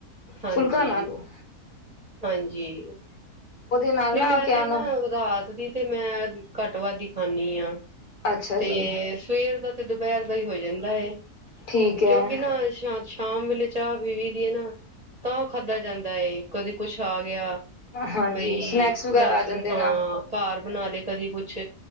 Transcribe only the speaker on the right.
ਹਾਂਜੀ
ਹਾਂਜੀ,
ਨਹੀਂ ਮੈਂ
ਤੇ
ਨਾ ਰਾਤ ਦੀ ਤੇ ਮੈਂ ਘੱਟ ਵੱਧ ਹੀ ਖਾਂਣੀ ਆਂ।
ਤੇ
ਸਵੇਰ ਦਾ ਤੇ ਦੁਪਹਿਰ ਦਾ ਹੀ ਹੋ ਜਾਂਦਾ ਹੈ
ਕਿਉਂਕਿ ਨਾ ਸ਼ਾਂ ਸ਼ਾਮ ਵੇਲੇ ਚਾਹ ਪੀਵੀ ਦੀ ਹੈ ਨਾ ਤਾਂ ਖਾਧਾ ਜਾਂਦਾ ਕਦੇ ਕੁਛ ਆ ਗਿਆ
ਬਈ
ਰਸ
ਹਾਂ
ਘਰ ਬਣਾ ਲਏ ਕਦੀ ਕੁਛ-